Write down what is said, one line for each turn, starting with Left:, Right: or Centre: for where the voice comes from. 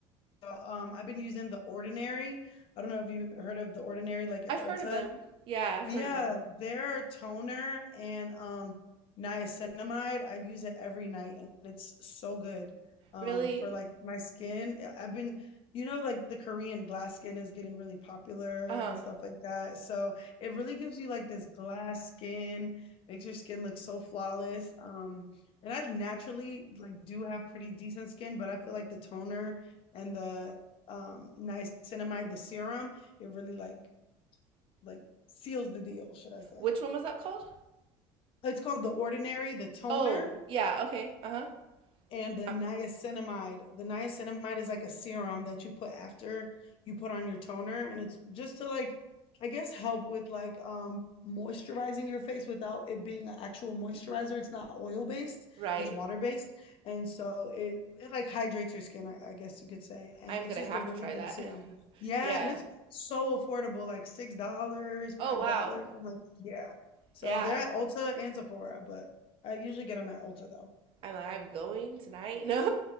Left: uh, um I've been using The Ordinary. I don't know if you heard of The Ordinary like at
Right: I've
Left: Ulta.
Right: heard of them. Yeah, I've
Left: Yeah,
Right: heard of them.
Left: their toner and um niacinamide, I use it every night and it's so good. Um
Right: Really?
Left: for like my skin, I- I've been you know like the Korean glass skin is getting really popular
Right: Uh-huh.
Left: and stuff like that. So it really gives you like this glass skin, makes your skin look so flawless. Um and I naturally like do have pretty decent skin, but I feel like the toner and the um niacinamide, the serum, it really like like seals the deal, should I say.
Right: Which one was that called?
Left: It's called The Ordinary, the toner.
Right: Oh, yeah, okay. Uh-huh.
Left: and the
Right: Uh,
Left: niacinamide. The niacinamide is like a serum that you put after you put on your toner, and it's just to like, I guess, help with like um moisturizing your face without it being an actual moisturizer. It's not oil based;
Right: right.
Left: it's water based, and so it it like hydrates your skin, I, I guess you could say. And
Right: I'm
Left: it's
Right: gonna
Left: just
Right: have
Left: a really
Right: to try
Left: good
Right: that.
Left: serum.
Right: <laughs>
Left: Yeah,
Right: Yeah.
Left: and it's so affordable, like six dollars,
Right: Oh,
Left: five
Right: wow.
Left: dollars. I'm like, yeah. So
Right: Yeah.
Left: they're at Ulta and Sephora, but I usually get them at Ulta though.
Right: I'm like, I'm going tonight. No.